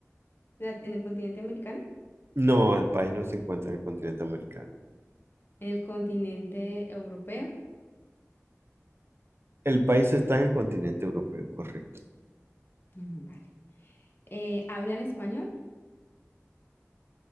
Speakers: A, on the left; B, on the right.
A: La- en el continente americano,
B: No, el país no se encuentra en el continente americano.
A: en el continente europeo.
B: El país está en el continente europeo, correcto.
A: Mm, Vale. Eh, ¿hablan español?